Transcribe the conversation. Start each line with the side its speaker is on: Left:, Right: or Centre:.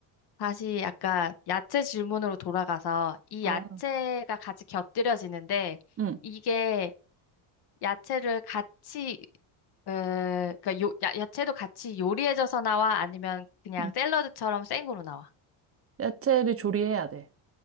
Left: 다시 약간 야채 질문으로 돌아가서 이
Right: 아,
Left: 야채가 같이 곁들여지는데
Right: 응.
Left: 이게 야채를 같이, 에, 그러니까 요, 야, 야채도 같이 요리해져서 나와? 아니면 그냥
Right: 응.
Left: 샐러드처럼 생으로 나와?
Right: 야채를 조리해야 돼.